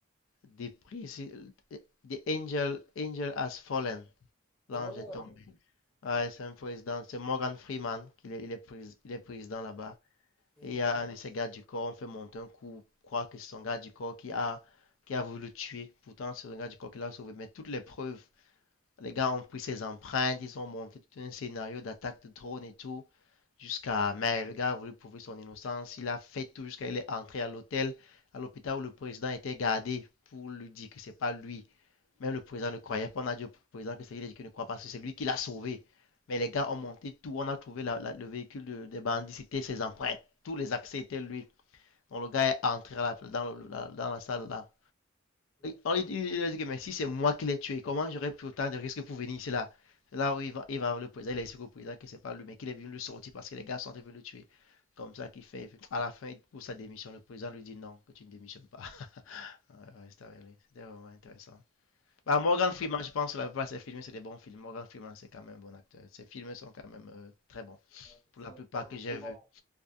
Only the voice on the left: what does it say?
des prix. c'est- euh, The Angel, Angel Has Fallen. L'ange
est tombé. Ouais,
c'est un président. C'est Morgan Freeman. qui est, il est, prés- il est président là-bas.
Et il y a un de ses gardes du corps, on fait monter un coup, croire que c'est son garde du corps qui a, qui a voulu le tuer. Pourtant, c'est le garde du corps qui l'a sauvé. Mais toutes les preuves, les gars ont pris ses empreintes, ils ont monté tout un scénario d'attaque de drone et tout, jusqu'à. Mais le gars a voulu prouver son innocence, il a fait tout jusqu'à il est entré à l'hôtel, à l'hôpital où le président était gardé pour lui dire que c'est pas lui. Même le président ne croyait pas, on a dit au président que c'est lui qui ne croit pas, parce que c'est lui qui l'a sauvé. Mais
les gars ont monté tout, on a trouvé la- la- le véhicule de- des bandits, c'était ses empreintes, tous les accès étaient lui. Donc le gars est entré là- dans, le- la- dans la salle là.
On lui dit, il que mais si c'est moi qui l'ai tué, comment j'aurais pris autant de risques pour venir ici là? Là où il va, il va voir le président, il a explique au président que c'est pas lui, mais qu'il est venu le sortir parce que les gars sont venus le tuer. Comme ça qu'il fait. À la fin, il pousse sa démission. Le président lui dit non, que tu ne démissionnes pas. <laughs> c'était vraiment intéressant. Bah,
Morgan Freeman, je pense que la plupart de ses films, c'est des bons films. Morgan Freeman, c'est quand même un bon acteur. Ses films sont quand même euh, très bons.
Pour
la plupart
que j'ai vu.